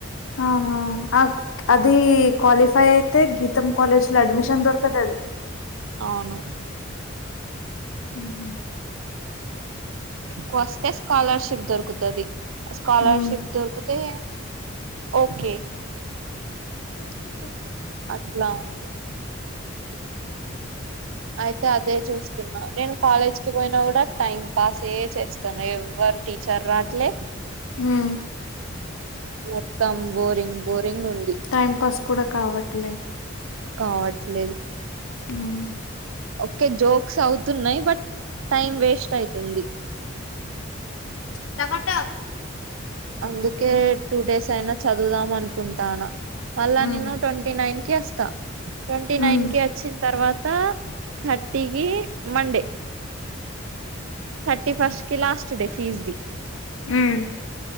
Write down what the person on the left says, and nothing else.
ఆహా ఆ అది క్వాలిఫై అయితే గీతం కాలేజ్ లో అడ్మిషన్ దొరుకుతది
ఉమ్
ఉమ్
<unintelligible>
ఉమ్
టైం పాస్ కూడా కావట్లే
ఉమ్
టకట
ఉమ్
ఉమ్
ఉమ్